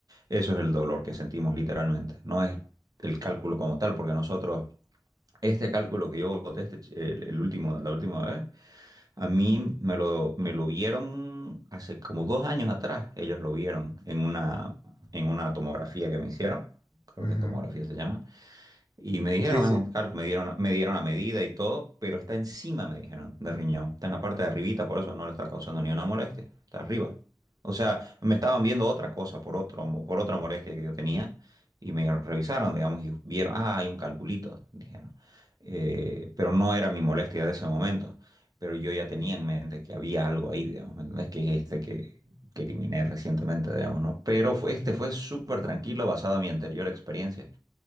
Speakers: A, on the right; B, on the left.
A: Eso es el dolor que sentimos literalmente. No es el cálculo como tal, porque nosotros, este cálculo que yo boté, este ch- el, el último, la última vez, a mí me lo, me lo vieron hace como dos años atrás. Ellos lo vieron en una, en una tomografía que me hicieron, creo
B: Ujú.
A: que es tomografía se llama y me dijeron,
B: Sí, sí.
A: es un calco, me dieron, me dieron la medida y todo, pero está encima, me dijeron, del riñón. Está en la parte de arribita, por eso no le está causando ni una molestia. Está arriba. O sea, me estaban viendo otra cosa por otro, mo- por otra molestia que yo tenía y me revisaron, digamos, y vieron, ah, hay un calculito, dijeron. Eh, pero no era mi molestia de ese momento. Pero yo ya tenía en mente que había algo ahí, digamos, ¿me entendés? Que es este que, que eliminé recientemente, digamos, ¿no? Pero fue- este fue súper tranquilo basado en mi anterior experiencia.